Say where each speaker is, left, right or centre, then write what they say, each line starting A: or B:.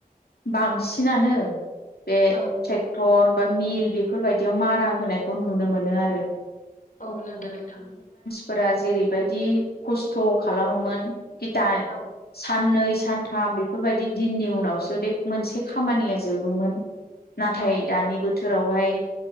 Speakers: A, on the left; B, on the left.
A: बांसिनानो बे
B: औ
A: ट्रेक्टर बा मिल बेफोरबायदियाव मारा होनायखौ नुनो मोनो आरो
B: औ नंगौ नोंथां
A: फोरा जेरैबायदि खस्थ' खालामोमोनि दा
B: औ
A: साननै सानथाम बेफोरबायदि दिननि उनावसो बे मोनसे खामानिया जोबोमोन। नाथाय
B: औ
A: दानि
B: नंगौ
A: बोथोरावहाय